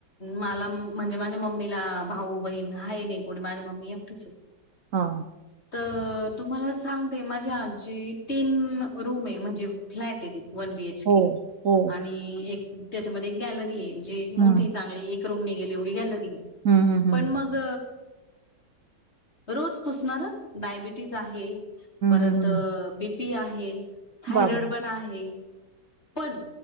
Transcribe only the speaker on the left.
मला म्हणजे माझ्या मम्मीला भाऊ, बहीण आहे नाही कोणी माझी मम्मी एकटीच हे
तर तुम्हाला सांगते माझी आजी तीन रूम आहे. म्हणजे फ्लॅट आहे वन बी एच
के
आणि एक त्याच्यामध्ये एक गॅलरी आहे जी मोठी
चांगली एक रूम निघेल एवढी गॅलरी हे
पण मग ग रोज पुसणार हं डायबिटीज आहे परत
बीपी आहे. थायरॉइड
पण आहे. पण